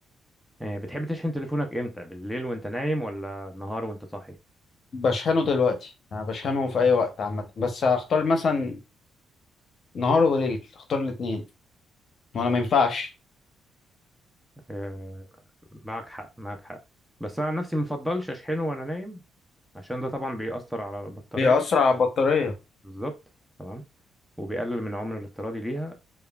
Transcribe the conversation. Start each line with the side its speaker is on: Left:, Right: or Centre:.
Centre: آه، بتحب تشحن تليفونك إمتى بالليل وأنت نايم ولا النهار وأنت صاحي
Left: بشحنه دلوقتي يعني بشحنه في اي وقت عامة بس هختار مثلا نهار وليل اختار الاتنين وانا ما ينفعش
Centre: آه، معك حق معك حق بس أنا عن نفسي مفضلش أشحنه وأنا نايم عشان ده طبعا بيأثر على البطارية
Left: بيأثر على البطارية
Centre: بالظبط تمام وبيقلل من عمر الافتراضي ليها